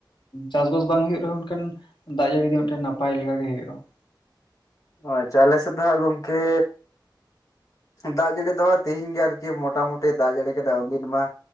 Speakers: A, on the left; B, on the left.
A: ᱪᱟᱥᱵᱟᱥ ᱵᱟᱝ ᱦᱳᱭᱳᱜ ᱨᱮᱦᱚᱸ ᱢᱮᱱᱠᱷᱟᱱ ᱫᱟᱜ ᱡᱟᱹᱲᱤ ᱫᱚ ᱢᱤᱫᱴᱮᱱ ᱱᱟᱯᱟᱭ ᱞᱮᱠᱟ ᱜᱮ ᱦᱳᱭᱳᱼᱟ ᱾
B: ᱟᱪᱪᱷᱟ ᱟᱞᱮ ᱥᱮᱫ ᱫᱚᱦᱟᱜ ᱜᱚᱢᱠᱮ, ᱫᱟᱜ ᱡᱟᱹᱲᱤ ᱫᱚ ᱦᱟᱜ ᱛᱤᱦᱤᱧ ᱜᱮ ᱟᱨᱠᱤ ᱢᱚᱴᱟᱢᱩᱴᱤ ᱫᱟᱜ ᱡᱟᱹᱲᱤ ᱠᱮᱫᱟᱭ ᱩᱱᱫᱤᱱ ᱢᱟ